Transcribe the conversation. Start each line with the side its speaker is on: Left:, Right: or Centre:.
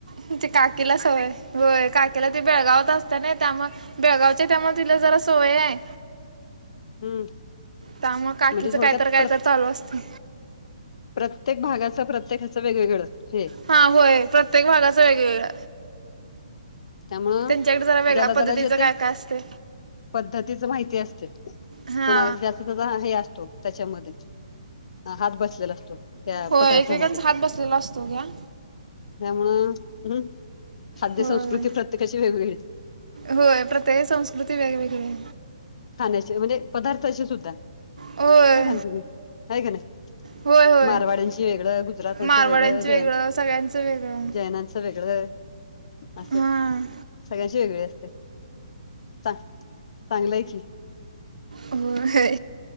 Right: म्हणजे काकीला सवय होय काकी्याला त बेळगावात असत ना त्यामुळे बेळगावच्या त्यामुळे तिला जरा सवय आहे
Left: हम्म
Right: त्यामु काकीच
Left: म्हणजे थोडक्यात
Right: कायतर कायतर
Left: प्रत
Right: चालू असते
Left: प्रत्येक भागाच प्रत्येकाचं वेगवेगळं हे
Right: हा होय प्रत्येक भागाच वेगवेगळ
Left: त्यामुळं
Right: त्यांच्याकडे जरा वेगळ्या
Left: ज्याला
Right: पद्धतीचं
Left: त्याला जे ते
Right: काय काय असते
Left: पद्धतीच माहिती असते
Right: हा
Left: कोणालाच हे असतो त्याच्यामध्ये हात बसलेला असतो. त्या
Right: हो
Left: पदार्थामध्ये
Right: एकेकांचा हात बसलेला असतो घ्या.
Left: त्यामुळं हम्म खाद्य
Right: होय
Left: संस्कृती प्रत्येकाची वेगवेगळी.
Right: होय प्रत्येक संस्कृती वेगवेगळी.
Left: खाण्याचे म्हणजे पदार्थाचे सुद्धा
Right: होय
Left: बघा ना तुम्ही का का नाही.
Right: होय होय
Left: मारवाड्यांची वेगळं गुजरातांचं
Right: मारवाड्यांचं
Left: वेगळं जैन
Right: सगळ्यांचं वेगळं
Left: जैनाच च वेगळ असं
Right: हां
Left: सगळ्यांची वेगळी असत्यात. चां चांगलंय की.
Right: अ होय